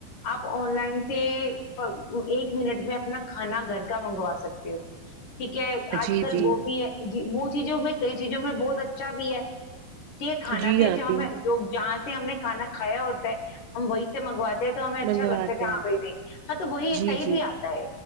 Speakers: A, on the left (about 65°); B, on the right (about 80°).
A: آپ آن لائن سے ایک منٹ میں اپنا کھانا گھر کا منگوا سکتے ہو ٹھیک ہے آج
B: جی
A: کل
B: جی
A: وہ بھی ہے جی وہ چیزوں میں کئی چیزوں میں بہت اچھا بھی ہے ٹھ ہے کھانا
B: جی
A: بھی
B: آپ
A: اچھا ہمیں
B: ہی
A: لوگ جانچ ہم نے کھانا کھایا ہوتا ہے ہم وہی سے منگواتے تو ہمیں اچھا
B: منگواتے
A: لگتا ہے کہ
B: ہیں
A: ہاں بھائی نہیں ہاں تو وہی
B: جی
A: صحیح
B: جی
A: بھی آتا ہے